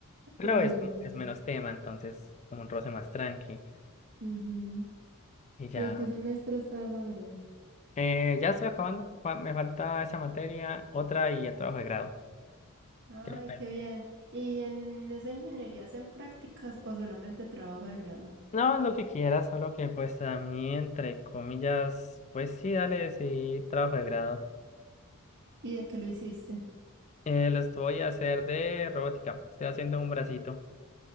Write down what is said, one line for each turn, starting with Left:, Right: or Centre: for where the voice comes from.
Left: Pero
Right: Uy,
Left: es,
Right: no.
Left: es menos tema, entonces como un roce más tranqui
Right: Ujú.
Left: y ya.
Right: ¿Y en qué semestre estás, Andrés?
Left: Eh, ya estoy acabando. Fa- Me falta esa materia, otra y el trabajo de grado.
Right: Ay,
Left: Qué pena.
Right: qué bien. ¿Y en esa ingeniería hacen prácticas o solamente trabajo de grado?
Left: No, lo que quieras, solo que pues a mí, entre comillas, pues sí, dale, sí, trabajo de grado.
Right: ¿Y de qué lo hiciste?
Left: Eh, los voy a hacer de robótica. Estoy haciendo un bracito.